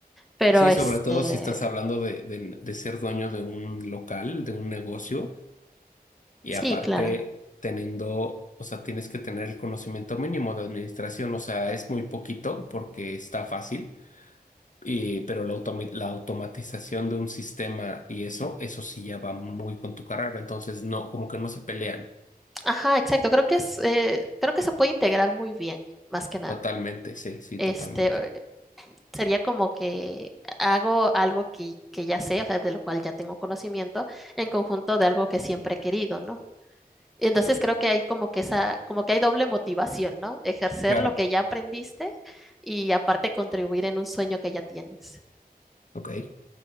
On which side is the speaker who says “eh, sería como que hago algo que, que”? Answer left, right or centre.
Centre